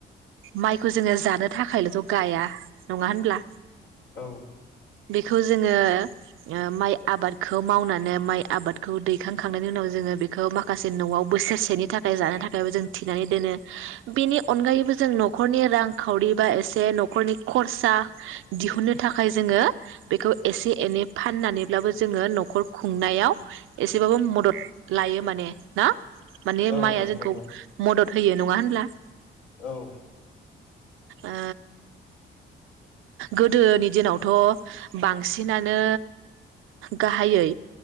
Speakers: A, on the right (about 85°); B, on the left (about 80°).
A: माइखौ जोङो जानो थाखायलथ' गाया नङा होनब्ला?
B: औ
A: बेखौ जोङो ओ माइ आबादखौ मावनानै माइ आबादखौ दैखां खांनायनि उनाव जोङो बेखौ माखासे न'आव बोसोरसेनि थाखाय जानो थाखाय थाखायबो जों थिनानै दोनो बेनि अनगायैबो जों न'खरनि रांखावरि बा एसे न'खरनि खरसा दिहुनो थाखाय जोङो बेखौ एसे एनै फाननानैब्लाबो जोङो न'खर खुंनायाव एसेबाबो मदद लायो माने ना माने
B: औ
A: माइया
B: औ
A: जोंखौ
B: नंगौ
A: मदद होयो नङा होनब्ला
B: औ
A: ओ गोदोनि दिनावथ' बांसिनानो गाहायै